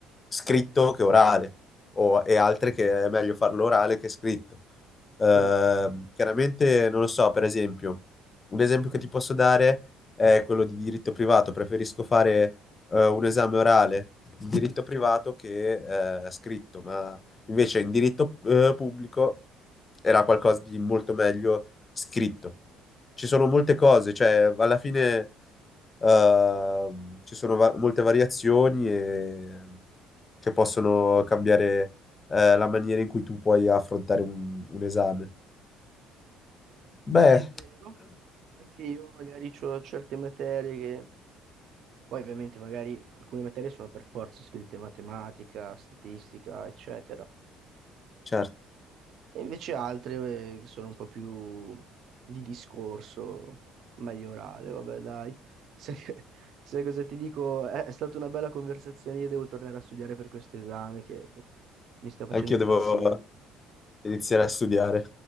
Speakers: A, on the left (about 30°); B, on the right (about 60°).
A: scritto che orale, o, e altre che è meglio farlo orale che scritto. Ehm,
B: Cioè,
A: chiaramente non lo so, per esempio, un esempio che ti posso dare è quello di diritto privato. Preferisco fare eh, un esame orale in diritto privato che eh, scritto, ma Invece in diritto eh, pubblico era qualcosa di molto meglio scritto. Ci sono molte cose, cioè alla fine ehm, ci sono va- molte variazioni e- che possono cambiare eh, la maniera in cui tu puoi affrontare un, un esame. Beh,
B: sì, è vero. Anche io magari ho certe materie che... Poi ovviamente magari alcune materie sono per forza scritte, matematica, statistica, eccetera.
A: certo,
B: E invece altre eh, che sono un po' più di discorso, meglio orale, vabbè, dai. Sai, <laughs> sai cosa ti dico? È, è stata una bella conversazione, io devo tornare a studiare per questo esame che mi sta facendo
A: anche
B: impazzire.
A: io devo iniziare a studiare.